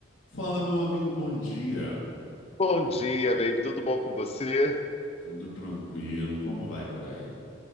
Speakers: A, on the left; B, on the left.
A: Fala, meu amigo, bom dia.
B: Bom dia, baby. Tudo bom com você?
A: Tudo tranquilo? Como vai por aí?